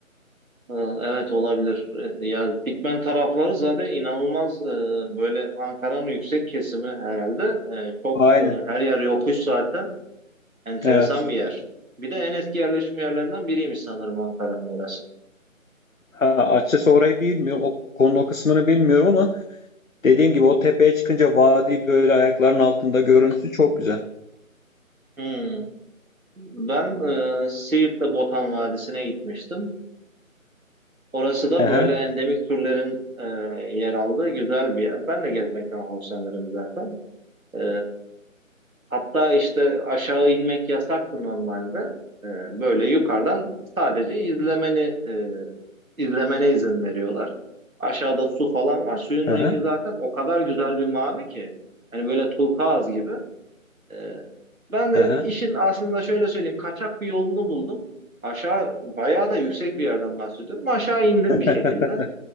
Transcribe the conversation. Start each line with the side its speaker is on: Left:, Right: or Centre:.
Right: Ee, Evet olabilir. Ee, Ya Dikmen tarafları zaten inanılmaz e, böyle Ankara'nın yüksek kesimi herhalde. Ee, Çok
Left: Aynen.
Right: e, her yer yokuş zaten. Enteresan
Left: Evet.
Right: bir yer. Bir de en eski yerleşim yerlerinden biriymiş sanırım Ankara'nın orası.
Left: Ha, açıkçası orayı bilmiyorum. O konu o kısmını bilmiyorum ama dediğim gibi o tepeye çıkınca vadi böyle ayaklarının altında görüntüsü çok güzel.
Right: Hmm. Ben e, Siirt'te Botan Vadisi'ne gitmiştim. Orası da
Left: Hı
Right: böyle
Left: hı,
Right: endemik türlerin e, yer aldığı güzel bir yer. Ben de gezmekten hoşlanırım zaten. Ee, hatta işte aşağı inmek yasaktı normalde. Ee, böyle yukarıdan sadece izlemeni e, izlemene izin veriyorlar. Aşağıda su falan var. Suyun
Left: hı
Right: rengi
Left: hı,
Right: zaten o kadar güzel bir mavi ki. Hani böyle turkuaz gibi. Ee, ben de
Left: hı hı.
Right: işin aslında şöyle söyleyeyim. Kaçak bir yolunu buldum. Aşağı bayağı da yüksek bir yerden bahsediyorum. Aşağı indim
Left: <laughs>
Right: bir şekilde.